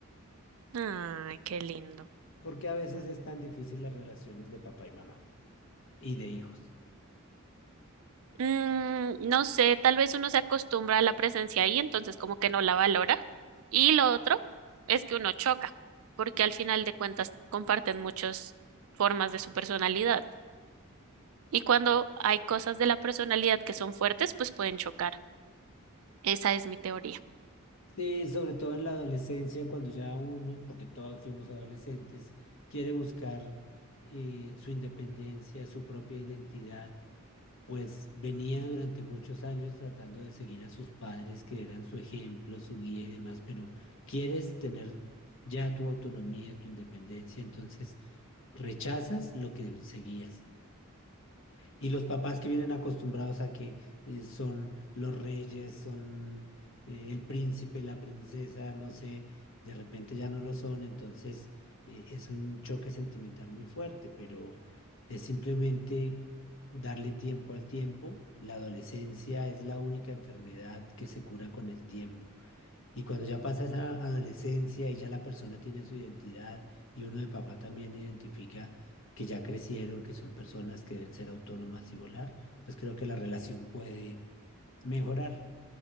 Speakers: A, on the right (about 70°); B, on the left (about 60°).
A: Ay, qué lindo.
B: Porque a veces
A: Mm.
B: es tan difícil las relaciones de papá y mamá y de hijos.
A: Mm, no sé, tal vez uno se acostumbra a la presencia ahí, entonces como que no la valora. Y lo otro es que uno choca, porque al final de cuentas comparten muchas formas de su personalidad. Y cuando hay cosas de la personalidad que son fuertes, pues pueden chocar. Esa es mi teoría.
B: Sí, sobre todo en la adolescencia, cuando ya uno, porque todos fuimos adolescentes, quiere buscar eh, su independencia, su propia identidad. pues venía durante muchos años tratando de seguir a sus padres, que eran su ejemplo, su guía y demás, pero quieres tener ya tu autonomía, tu independencia, entonces rechazas lo que seguías. Y los papás que vienen acostumbrados a que eh, son los reyes, son eh, el príncipe, la princesa, no sé, de repente ya no lo son, entonces eh, es un choque sentimental muy fuerte, pero es simplemente darle tiempo al tiempo. La adolescencia es la única enfermedad que se cura con el tiempo. Y cuando ya pasa esa adolescencia y ya la persona tiene su identidad y uno de papá también identifica que ya crecieron, que son personas que deben ser autónomas y volar, pues creo que la relación puede mejorar.